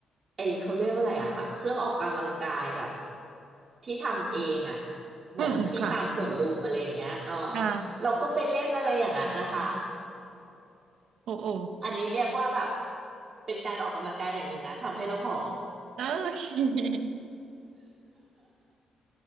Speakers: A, on the right; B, on the right.
A: ไอเขาเรียกว่าอะไรอะค่ะเครื่องออกกำลังกายแบบที่ทำเองอะเหมือนที่ตามสวนลุมอะไรอย่างเงี้ยอ๋อ
B: อืมอืมค่ะ อ่า
A: เราก็ไปเล่นอะไรอย่างนั้นนะคะ
B: โอโอ
A: อันนี้เรียกว่าแบบเป็นการออกกำลังกายอย่างหนึ่งนะทำให้เราผอม
B: โอเค <laughs>